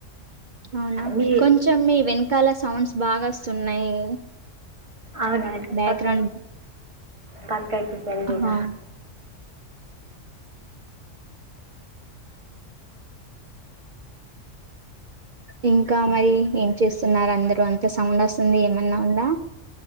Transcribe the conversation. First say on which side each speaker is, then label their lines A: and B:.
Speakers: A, on the right; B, on the right.
A: అవునా
B: మీ
A: కొంచం మీ వెను కాల సౌండ్స్ బాగా వస్తున్నాయి
B: అవునాండి
A: బ్యాక్గ్రౌండ్
B: పక్క ప కకి చల్దిన
A: ఆహా ఇంకా మరి ఏం చేస్తున్నారు అందరు అంత సౌండ్ వస్తుంది ఏమన్నా ఉందా